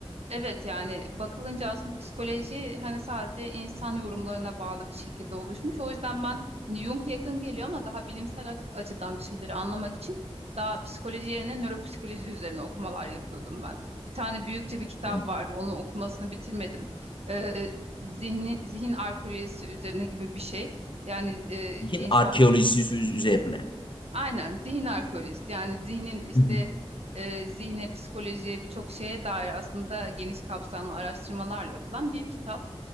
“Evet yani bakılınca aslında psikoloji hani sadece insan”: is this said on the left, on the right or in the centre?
Right